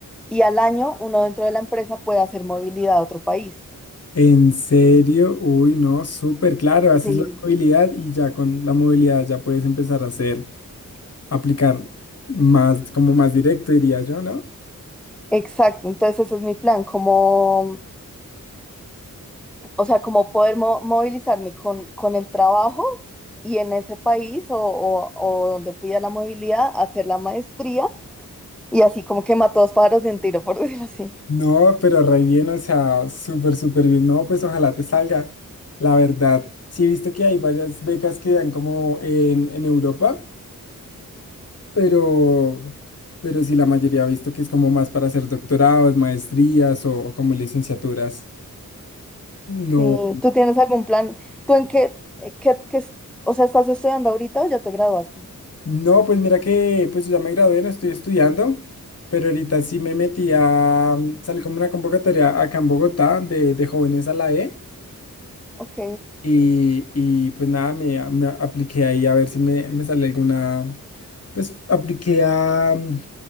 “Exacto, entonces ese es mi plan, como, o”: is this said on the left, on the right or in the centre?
Centre